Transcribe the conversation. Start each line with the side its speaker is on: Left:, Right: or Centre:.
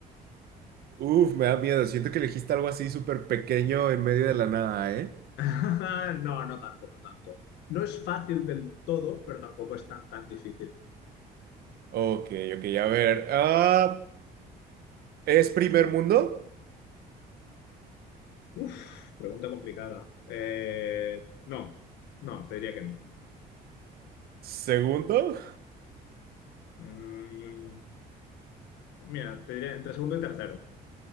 Right: Uf, me da miedo. Siento que elegiste algo así súper pequeño en medio de la nada, ¿eh?
Left: <laughs> No, no tanto, no tanto. No es fácil del todo, pero tampoco es tan, tan difícil.
Right: Ok, ok, a ver. ah, ¿Es primer mundo?
Left: Uf, pregunta complicada. Eh, no, no, te diría que no.
Right: ¿Segundo?
Left: Mm, mira, te diría entre segundo y tercero.